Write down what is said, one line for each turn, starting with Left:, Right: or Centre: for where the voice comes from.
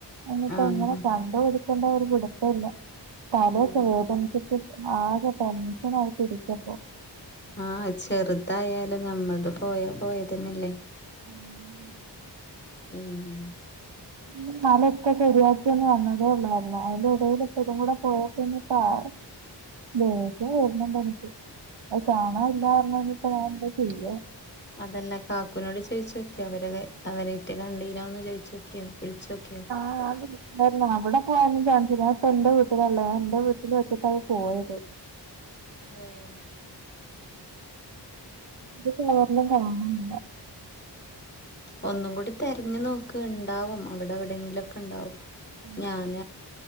Right: എന്നിപ്പോ
Left: ആഹ്
Right: ഇങ്ങനെ കണ്ടുപിടുക്കൊണ്ടോ ഒരു പിടുത്തോല്ല തലയൊക്കെ
Left: ആഹ്
Right: വേദനിച്ചിട്ട് ആകെ ടെൻഷനായിട്ട് ഇരിക്കപ്പോ
Left: ആഹ് ചെറ്തായാലും ഞമ്മൾത് പോയാ പോയതന്നെല്ലേ
Right: ഉംഹ്
Left: പിന്നെ
Right: ഉം ഇന്നാലൊക്കെ ശരിയാക്കിയൊന്നു വന്നതേ ഒള്ളു അയ്ന്. അയ്ന്റെ എടേല് ഇപ്പോ ഇതുംകൂടെ പോയപ്പിന്നെ ഇപ്പ ആര് ദേഷ്യം വരുന്നുണ്ട് എനിക്ക്. അത് കാണാൻല്ലാറ്ന്നാണ്ട് ഇപ്പ ഞാനെന്താ ചെയ്യ
Left: അതല്ല കാക്കൂനോട് ചോയിച്ചൊക്ക്യ അവര അത്. അവരെറ്റ കണ്ടീനോന്ന് ചോയ്‌ച്ചോക്ക്യോ വിള്ച്ചോക്ക്യോ
Right: ആഹ് <unintelligible> വരല്ലാ അവടെ പോയാനൊന്നും ചാൻസില്ല. ഞാ ഇപ്പ ഇന്റെ വീട്ടിലാ ഇള്ളേ ഞാൻ ഇന്റെ വീട്ടില് ഒറ്റക്കാ <unintelligible> പോയത്
Left: അതെയോഹ്
Right: ഇത് പർന്ന കാണ് ഇണ്ടോ <unintelligible>
Left: ഒന്നും കൂടി തെരഞ്ഞു നോക്ക്. ഇണ്ടാവും അവിടെവിടെയെങ്കിലൊക്കെ ഇണ്ടാവും.
Right: ആ
Left: ഞാന